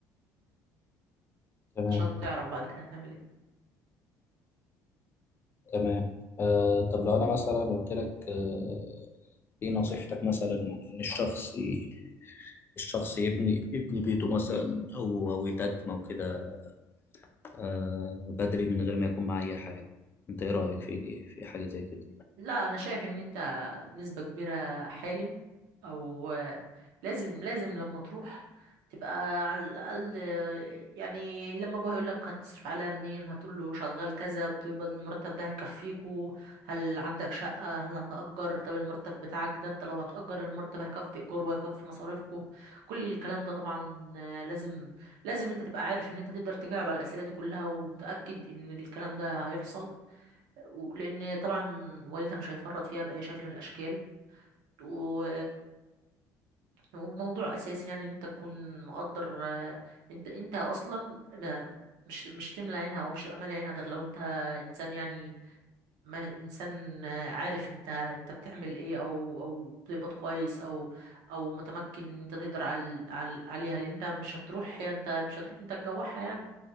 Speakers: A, on the left; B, on the right.
A: تمام
B: عشان تعرف بعد كده هتعمل ايه
A: تمام آه طب لو انا مثلا قلت لك آه ايه نصيحتك مثلا ان الشخص ي- الشخص يبني يبني بيته مثلا او او يتقدم او كده آه بدري من غير ما يكون معاه اي حاجة انت ايه رأيك في في حاجة زي كده
B: لا انا شايف ان انت بنسبة كبيرة حالم او لازم لازم لما تروح تبقى على الاقل يعني لما ابوها يقول لك هتصرف عليها منين هتقول له شغال كذا بتقبض المرتب ده هيكفيكو هل عندك شقة هل هتأجر طب المرتب بتاعك ده انت لو هتأجر المرتب هيكفي ايجار وهيكفي مصاريفكو كل الكلام ده طبعا لازم لازم انت تبقى عارف ان انت تقدر تجاوب على الأسئلة دي كلها ومتأكد ان الكلام ده هيحصل لان طبعا والدها مش هيفرط فيها باي شكل من الاشكال و... وموضوع اساسي يعني ان انت تكون مقدر آه، انت انت اصلا ما مش مش هتملى عينها او مش هتبقى مالي عينها غير لو انت انسان يعني ما انسان آه، عارف انت انت بتعمل ايه او او بتقبض كويس او او متمكن ان انت تقدر على على عليها لان انت مش هتروح انت مش هتروح انت تجوعها يعني